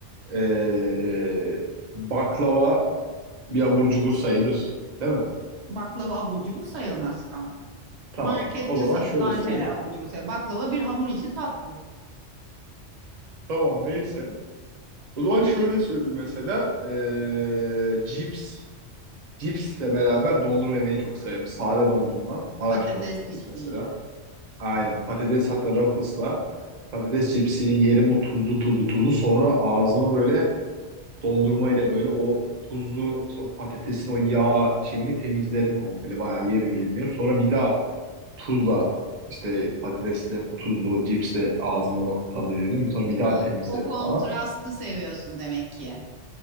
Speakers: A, on the right (about 40°); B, on the right (about 70°).
A: Ee, baklava bir abur cubur sayılır. Değil mi?
B: Baklava abur cubur sayılmaz kan.
A: Tamam.
B: Markette
A: O zaman
B: satılan
A: şöyle söyleyeyim.
B: şeyler abur cubur sayılmaz. Baklava bir hamur içi tatlı.
A: Tamam neyse. O zaman şöyle söyleyeyim mesela. Ee, cips. Cipsle beraber dondurma yemeyi çok severim. Sade dondurma. Maraş
B: Patates
A: dondurması
B: cipsiyle.
A: mesela. Aynen. Patates hatta Ruffles'la patates cipsini yerim o tuzlu tuzlu tuzlu sonra ağzımı böyle dondurmayla böyle o tuzlu işte o patatesin o yağ şeyini temizlerim komple bayağı yerim yerim yerim. Sonra bir daha tuzla işte patatesle tuzlu cipsle ağzımı tadı veririm. Sonra bir daha
B: Ha,
A: temizlerim
B: O kontrastı
A: falan.
B: seviyorsun demek ki.